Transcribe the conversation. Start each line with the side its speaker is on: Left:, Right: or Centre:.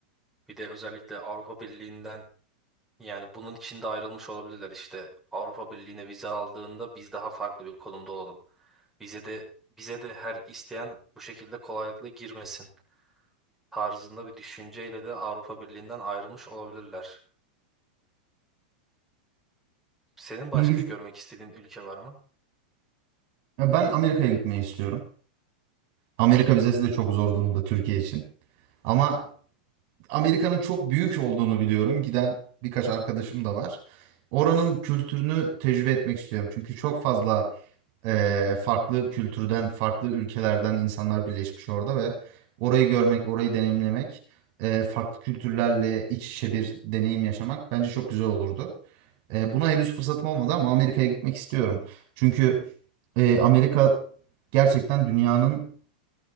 Centre: Bir de özellikle Avrupa Birliği'nden yani bunun içinde ayrılmış olabilirler işte. Avrupa Birliği'ne vize aldığında biz daha farklı bir konumda olalım. Bize de bize de her isteyen bu şekilde kolaylıkla girmesin tarzında bir düşünceyle de Avrupa Birliği'nden ayrılmış olabilirler. Senin başka
Right: İngil
Centre: görmek istediğin ülke var mı?
Right: Ya ben Amerika'ya gitmeyi istiyorum. Amerika vizesi de çok zor durumda Türkiye için. Ama Amerika'nın çok büyük olduğunu biliyorum. Giden birkaç arkadaşım da var. Oranın kültürünü tecrübe etmek istiyorum. Çünkü çok fazla e, farklı kültürden, farklı ülkelerden insanlar birleşmiş orada ve orayı görmek, orayı deneyimlemek, e, farklı kültürlerle iç içe bir deneyim yaşamak bence çok güzel olurdu. E, buna henüz fırsatım olmadı ama Amerika'ya gitmek istiyorum. Çünkü e, Amerika gerçekten dünyanın